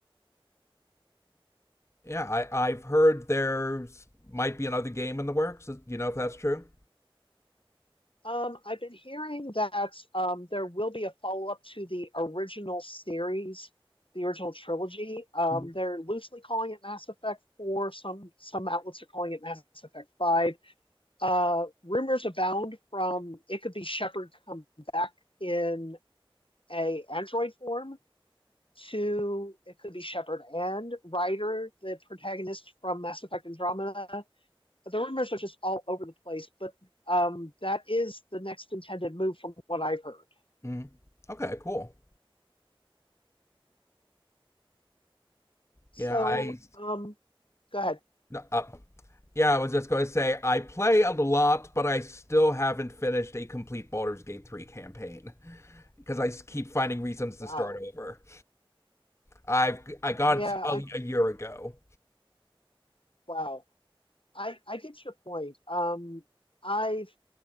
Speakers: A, on the left; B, on the left.
A: Yeah, I I've heard there's might be another game in the works. Do You know if that's true?
B: Um, I've been hearing that um, there will be a follow up to the original series, the original trilogy. Um,
A: Mhm.
B: they're loosely calling it Mass Effect 4. Some some outlets are calling it Mass Effect 5. Uh, rumors abound from it could be Shepard come back in a android form to it could be Shepard and Ryder, the protagonist from Mass Effect Andromeda. But the rumors are just all over the place. But um, that is the next intended move from what I've heard.
A: Mm. Okay, cool.
B: So
A: Yeah, I
B: um, go ahead.
A: no, uh, yeah, I was just going to say I play a lot, but I still haven't finished a complete Baldur's Gate 3 campaign because I s- keep finding reasons to
B: Wow.
A: start over. I've I got
B: Yeah.
A: it a,
B: I
A: a year ago.
B: wow. I I get your point. Um, I've